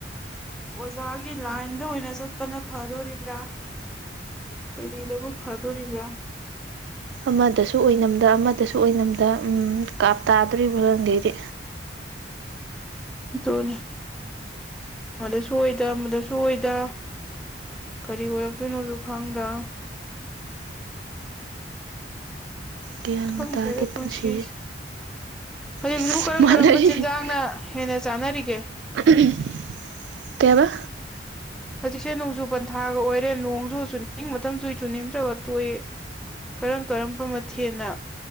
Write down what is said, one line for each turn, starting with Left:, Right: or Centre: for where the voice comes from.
Centre: ꯑꯣꯖꯥꯒꯤ ꯂꯥꯏꯟꯗ ꯑꯣꯏꯅ ꯆꯠꯄꯅ ꯐꯗꯣꯔꯤꯕ꯭ꯔꯥ ꯀꯔꯤꯗꯕꯨ ꯐꯗꯣꯔꯤꯕ꯭ꯔ
Right: ꯑꯃꯗꯁꯨ ꯑꯣꯏꯅꯝꯗ ꯑꯃꯗꯁꯨ ꯑꯣꯏꯅꯝꯗ ꯎ ꯀꯥꯞ ꯇꯥꯗꯣꯔꯤꯕ꯭ꯔꯥ ꯈꯪꯗꯩꯗꯤ
Centre: ꯑꯗꯨꯅꯦ ꯃꯗꯁꯨ ꯑꯣꯏꯗ ꯃꯗꯁꯨ ꯑꯣꯏꯗ ꯀꯔꯤ ꯑꯣꯏꯔꯛꯇꯣꯏꯅꯣꯁꯨ ꯈꯪꯗ
Right: ꯒ꯭ꯌꯥꯟꯒ
Centre: ꯈꯪꯗ꯭ꯔꯦꯒ
Right: ꯇꯥꯗꯦ
Centre: ꯄꯨꯁꯤꯁ
Right: ꯄꯨꯟꯁꯤꯁꯦ
Centre: ꯍꯧꯖꯤꯛ
Right: ꯏꯁ
Centre: ꯁꯤꯕꯨ ꯀꯔꯝ
Right: ꯃꯥꯟꯅꯔꯤ
Centre: ꯀꯔꯝꯕ ꯆꯤꯟꯖꯥꯛꯅ ꯍꯦꯟꯅ ꯆꯥꯅꯔꯤꯒꯦ
Right: <unintelligible> ꯀꯌꯥꯕ
Centre: ꯍꯧꯖꯤꯛꯁꯦ ꯅꯣꯡꯖꯨ ꯄꯟꯊꯥꯒ ꯑꯣꯏꯔꯦ ꯅꯣꯡꯁꯨ ꯆꯨꯅꯤꯡ ꯃꯇꯝꯁꯨ ꯆꯨꯅꯤꯡꯗ꯭ꯔꯒ ꯇꯣꯛꯏ ꯀꯔꯝ ꯀꯔꯝꯕ ꯃꯊꯦꯜꯅ